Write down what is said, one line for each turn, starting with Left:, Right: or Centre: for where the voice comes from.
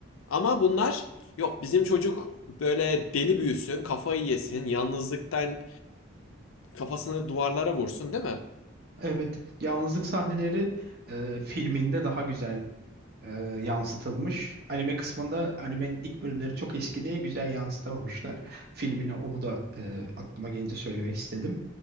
Left: Ama bunlar yok bizim çocuk böyle deli büyüsün, kafayı yesin, yalnızlıktan kafasını duvarlara vursun değil mi?
Right: Evet. Yalnızlık sahneleri e, filminde daha güzel e, yansıtılmış. Anime kısmında animenin ilk bölümleri çok eski diye güzel yansıtamamışlar. Filmini onu da e, aklıma gelince söylemek istedim.